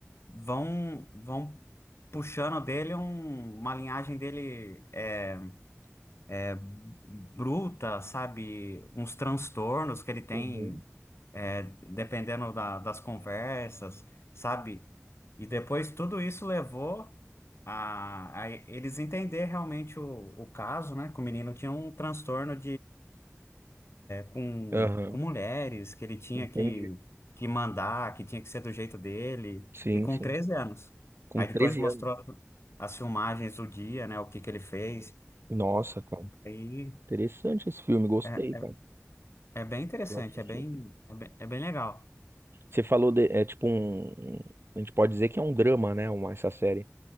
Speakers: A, on the left (about 55°); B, on the right (about 50°).
A: vão vão puxando dele um- uma linhagem dele é, é bruta, sabe? Uns transtornos que ele tem,
B: Uhum.
A: é, dependendo da- das conversas, sabe? E depois tudo isso levou a, a eles entender realmente o, o caso, né? Que o menino tinha um transtorno com,
B: Aham.
A: com mulheres que ele tinha
B: Entendi.
A: que, que mandar, que tinha que ser do jeito dele,
B: Sim,
A: e com
B: sim.
A: 13 anos.
B: Com
A: Aí
B: 13
A: depois mostrou
B: anos.
A: as filmagens do dia, né, o que que ele fez.
B: Nossa, cara.
A: Aí
B: Interessante esse filme, gostei,
A: é,
B: cara.
A: é bem interessante,
B: Eu assisti.
A: é bem, é bem, é bem legal.
B: Você falou de, é tipo um, um- a gente pode dizer que é um drama, né? Uma, essa série.